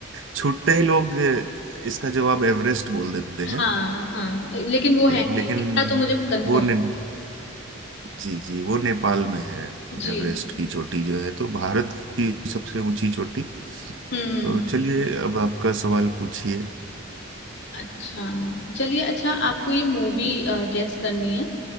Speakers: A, on the right; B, on the left.
A: छुट्टे ही लोग इसका जवाब एवरेस्ट बोल देते
B: हाँ
A: हैं
B: हाँ लेकिन वो है
A: लेकिन
B: नहीं इतना तो मुझे कंफर्म
A: वो ने, जी जी वो नेपाल में है
B: जी
A: एवरेस्ट की चोटी जो है तो भारत की सबसे ऊंची चोटी
B: हम्म
A: तो चलिए अब आपका सवाल पूछिए
B: अच्छा चलिए अच्छा आपको ये मूवी गेस करनी है